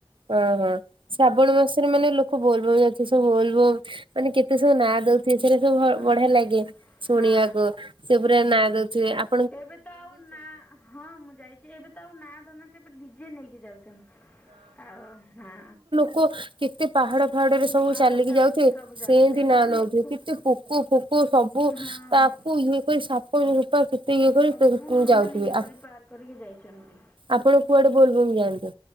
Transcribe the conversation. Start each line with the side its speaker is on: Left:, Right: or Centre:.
Right: ଆ ହଁ ହଁ ଶ୍ରାବଣ ମାସରେ ମାନେ ଲୋକ ବୋଲ୍ ବମ୍ ଯାଉଛନ୍ତି। ବୋଲ୍ ବାମ୍ ମାନେ କେତେ ସବୁ ନାଁ ଧରୁଥିବେ ସେରା ସବୁ ବ୍
Left: ଆଜ୍ଞା
Right: ବଢ଼ିଆ ଲାଗେ ଶୁଣିବାକୁ।
Left: ହଁ
Right: ସେ ପୁରା ନାଁ ଧରୁଥିବେ ଆଉ
Left: ଏବେ ତ ଆଉ ନା ହଁ ମୁଁ ଯାଇଚି ଏବେ ତ ଆଉ ନାଁ ଧରୁ ନାହାନ୍ତି ଏବେ ଡିଜେ ନେଇକି ଯାଉଚନ୍ତି। ଆଉ ହଁ।
Right: ଆଉ କେତେ ପାହାଡ଼ ପା ହାଡ଼ରେ ସବୁ
Left: ପାହାଡ଼
Right: ଚାଲିକି
Left: ଚଢ଼ିକି
Right: ଯାଉଥିବେ
Left: ସବୁ ଯାଉଥିଲେ
Right: ସେଏମିତି
Left: ଏବେ
Right: ନା
Left: ତ
Right: ନୋଉଥିବେ
Left: ଲୋକ
Right: କେତେ ପୋକ ଫୋକ ସବୁ ତା
Left: ହଁ
Right: ତାକୁ ଇଏ କରି ସାପ ରୂପା କେତେ ଇଏ କରି
Left: ସବୁ
Right: ଯାଉଥିବେ
Left: ମାନେ ଇଏ
Right: ହଁ।
Left: କରି ପାର କରିକି ଯାଇଛନ୍ତି
Right: ଆପଣ କୁଆଡ଼େ କୁଆଡ଼େ ବୋଲ୍ ବମ୍ ଯାଆନ୍ତି?